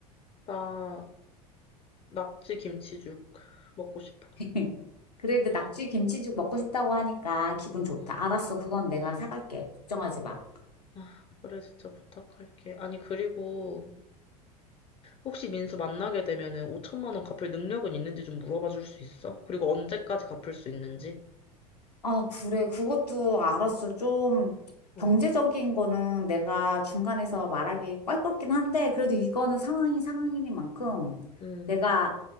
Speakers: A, on the left (about 30°); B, on the left (about 80°).
A: 나 낙지 김치죽 먹고 싶어.
B: <laughs> 그래도 낙지
A: 응,
B: 김치죽 먹고 싶다고 하니까 기분 좋다.
A: 응.
B: 알았어. 그건 내가 사갈게. 걱정하지 마.
A: 아, 그래, 진짜 부탁할게. 아니, 그리고 혹시 민수 만나게 되면은 5천만 원 갚을 능력은 있는지 좀 물어봐 줄 수 있어? 그리고 언제까지 갚을 수 있는지?
B: 아, 그래. 그것도 알았어. 좀
A: 어,
B: 경제적인 거는 내가 중간에서 말하기 껄끄럽긴 한데, 그래도 이거는 상황이 상황이니만큼
A: 음.
B: 내가